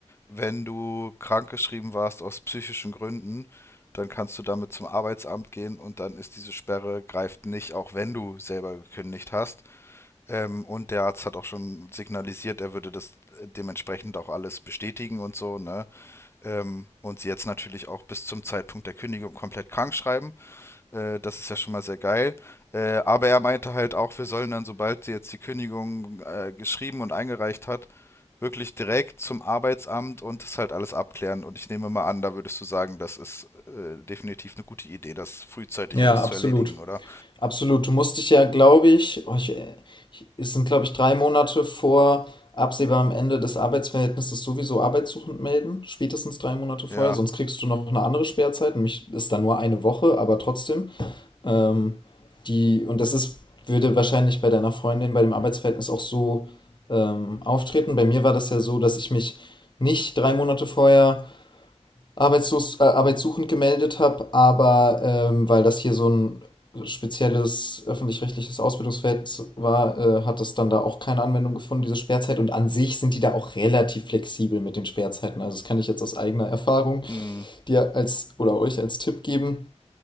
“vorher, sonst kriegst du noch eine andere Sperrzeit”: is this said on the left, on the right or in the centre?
Left